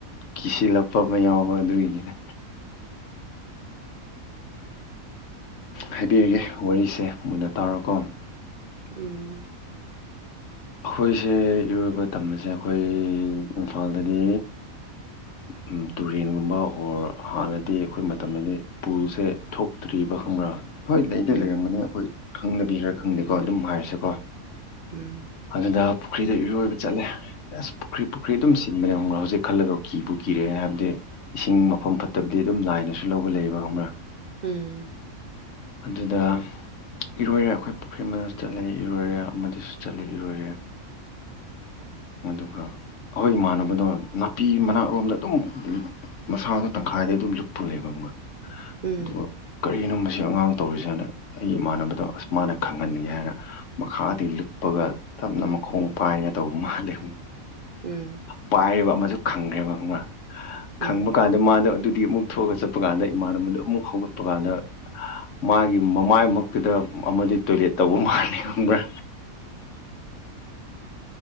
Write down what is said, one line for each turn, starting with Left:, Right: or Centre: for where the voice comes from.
Left: ꯀꯤꯁꯤꯜꯂꯛꯄ ꯑꯃ ꯌꯥꯎꯕ ꯑꯗꯨꯒꯤꯅꯤꯅ ꯍꯥꯏꯕꯤꯔꯒꯦ ꯋꯥꯔꯤꯁꯦ ꯃꯨꯟꯅ ꯇꯥꯔꯣꯀꯣ
Right: ꯎꯨꯝ
Left: ꯑꯩꯈꯣꯏꯁꯦ ꯏꯔꯣꯏꯕ ꯇꯝꯕꯁꯦ ꯑꯩꯈꯣꯏ ꯏꯝꯐꯥꯜꯗꯗꯤ ꯎꯝ ꯇꯨꯔꯦꯟꯒꯨꯝꯕ ꯑꯣꯔ ꯍꯥꯟꯅꯗꯤ ꯑꯩꯈꯣꯏ ꯃꯇꯝꯗꯗꯤ ꯄꯨꯜꯁꯦ ꯊꯣꯛꯇ꯭ꯔꯤꯕ ꯈꯪꯕ꯭ꯔꯥ ꯍꯣꯏ ꯂꯩꯗ
Right: ꯎꯝ
Left: ꯂꯩꯔꯝꯒꯅꯤ ꯑꯩꯈꯣꯏ ꯈꯪꯗꯕꯤꯔꯥ ꯈꯪꯗꯦꯀꯣ ꯑꯗꯨꯝ ꯍꯥꯏꯔꯁꯦꯀꯣ
Right: ꯎꯨꯝ
Left: ꯑꯗꯨꯗ ꯄꯨꯈ꯭ꯔꯤꯗ ꯏꯔꯣꯏꯕ ꯆꯠꯂꯦ ꯑꯁ ꯄꯨꯈ꯭ꯔꯤ ꯄꯨꯈ꯭ꯔꯤ ꯑꯗꯨꯝ ꯁꯤꯟꯕꯅꯦ ꯑꯃꯨ ꯍꯧꯖꯤꯛ ꯈꯜꯂꯒ ꯀꯤꯕꯨ ꯀꯤꯔꯦ ꯍꯥꯏꯕꯗꯤ ꯏꯁꯤꯡ ꯃꯐꯝ ꯐꯠꯇꯕꯗꯤ ꯑꯗꯨꯝ ꯂꯥꯏꯅꯁꯨ ꯂꯧꯕ ꯂꯩꯌꯦꯕ ꯈꯪꯕꯔ
Right: ꯎꯨꯝ
Left: ꯑꯗꯨꯗ ꯏꯔꯣꯏꯔꯦ ꯑꯩꯈꯣꯏ ꯄꯨꯈ꯭ꯔꯤ ꯑꯃꯁꯨ ꯆꯠꯂ ꯏꯔꯣꯏꯔꯦ ꯑꯃꯗꯤꯁꯨ ꯆꯠꯂꯤ ꯏꯔꯣꯏꯔꯦ ꯑꯗꯨꯒ ꯑꯩꯈꯣꯏ ꯏꯃꯥꯟꯅꯕꯗꯣ ꯅꯥꯄꯤ ꯃꯅꯥꯛꯔꯣꯝꯗ ꯑꯗꯨꯝ ꯃꯁꯥꯗ ꯇꯪꯈꯥꯏꯗꯩ ꯑꯗꯨꯝ ꯂꯨꯞꯄ ꯂꯩꯕꯪꯕ
Right: ꯎꯝ
Left: ꯑꯗꯨꯒ ꯀꯔꯤꯅꯣ ꯃꯁꯤ ꯑꯉꯥꯡ ꯇꯧꯔꯤꯁꯦꯅ ꯑꯩꯒꯤ ꯏꯃꯥꯟꯅꯕꯗꯣ ꯑꯁ ꯃꯥꯅ ꯈꯪꯍꯟꯒꯦ ꯍꯥꯏꯅ ꯃꯈꯥꯗꯒꯤ ꯂꯨꯞꯄꯒ ꯇꯞꯅ ꯃꯈꯣꯡ ꯄꯥꯏꯒ ꯇꯧꯕ ꯃꯥꯜꯂꯦ
Right: ꯎꯨꯝ
Left: ꯄꯥꯏꯔꯤꯕ ꯑꯃꯁꯨ ꯈꯪꯈ꯭ꯔꯦꯕ ꯈꯪꯕ꯭ꯔꯥ ꯈꯪꯕ
Right: ꯎꯝ
Left: ꯀꯥꯟꯗ ꯑꯗ ꯃꯥꯗ ꯑꯗꯨꯗꯤ ꯑꯃꯨꯛ ꯊꯣꯛꯑꯒ ꯆꯠꯄ ꯀꯥꯟꯗ ꯏꯃꯥꯟꯅꯕꯅꯕꯗ ꯑꯃꯨꯛ ꯍꯧꯒꯠꯄ ꯀꯥꯟꯗ ꯃꯥꯒꯤ ꯃꯃꯥꯏ ꯃꯛꯇꯨꯗ ꯑꯃꯗꯤ ꯇꯣꯏꯂꯦꯠ ꯇꯧꯕ ꯃꯥꯂꯦ ꯈꯪꯕ꯭ꯔꯥ